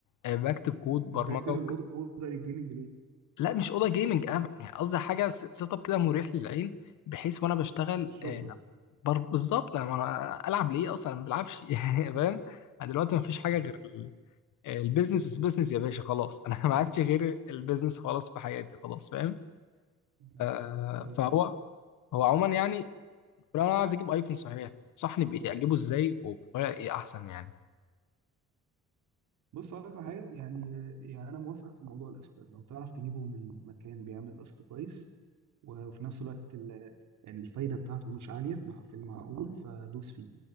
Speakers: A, on the left (about 85°); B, on the right (about 75°).
A: آه، بكتب كود برمجه
B: ما انت عايز تعمل اوضه اوضه للجيمنج ليه؟
A: لا مش اوضه جيمنج انا يعني قصدي حاجه س- سيت اب كده مريح للعين بحيث وانا بشتغل
B: للشغل
A: آه،
B: يعني
A: بر- بالظبط انا أنا العب ليه اصلا أنا ما بلعبش <laughs> يعني فاهم انا دلوقتي ما فيش حاجه
B: تمام
A: غير ال- البيزنس از بيزنس يا باشا خلاص انا <laughs> ما عادش غير البيزنس خلاص في حياتي خلاص فاهم
B: مم.
A: آه
B: أيوة
A: فهو هو عموما يعني لو انا عايز اجيب ايفون صحيح تنصحني بايه اجيبه ازاي وبطريقه ايه احسن يعني
B: بص هقول لك على حاجه يعني يعني انا موافقك في موضوع القسط لو تعرف تجيبه من مكان بيعمل قسط كويس وفي نفس الوقت ال- الفايده بتاعته مش عاليه مع في المعقول فدوس فيه